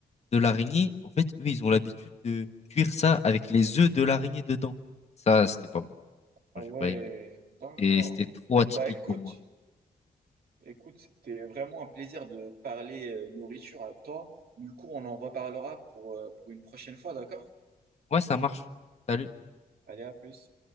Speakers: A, on the left; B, on the right.
A: de l'araignée. En fait, eux, ils ont l'habitude de cuire ça avec les œufs de l'araignée dedans. Ça, c'était pas bon.
B: Ah
A: Moi,
B: ouais,
A: J'ai pas aimé.
B: d'accord.
A: Et c'était trop atypique
B: Bah écoute.
A: pour moi.
B: Écoute, c'était vraiment un plaisir de parler euh, nourriture avec toi. Du coup, on en reparlera pour, euh, pour une prochaine fois, d'accord?
A: Ouais, ça marche. Salut.
B: Allez, à plus.